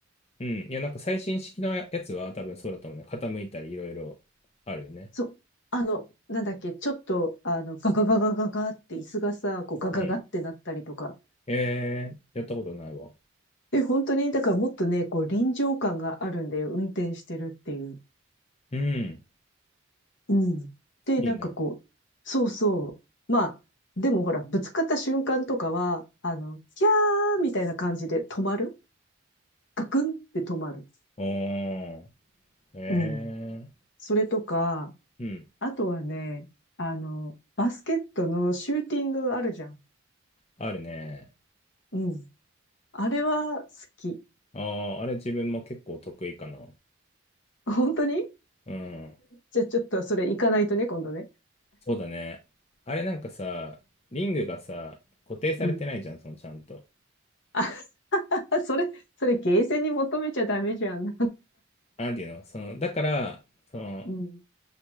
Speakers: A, on the left; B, on the left.
A: うん。いや、なんか最新式のやつは多分そうだと思うね。傾いたり、いろいろあるよね。
B: そう。あの、なんだっけ、ちょっと、あの、ガガガガガガって椅子がさ、こうガガガってなったりとか。
A: うん。えー、やったことないわ。
B: え、本当に、だからもっとね、こう臨場感があるんだよ、運転してるっていう。
A: うん。
B: うん。で、
A: いいね。
B: なんかこう、そうそう。まあ、でもほら、ぶつかった瞬間とかは、あの、キャーみたいな感じで止まるガクンって止まる。
A: おー。え
B: うん。それとか、
A: ー。うん。
B: あとはね、あの、バスケットのシューティングあるじゃん。
A: あるね。
B: うん。あれは好き。
A: ああ、あれ自分も結構得意かな。
B: 本当に
A: うん。
B: じゃあちょっとそれ行かないとね、今度ね。
A: そうだね。あれなんかさ、リングがさ、固定されてないじゃん、
B: うん。
A: そのちゃんと。
B: あ <laughs> それ、それゲーセンに求めちゃダメじゃん。
A: なんていうの、その、だから、その、
B: <laughs> うん。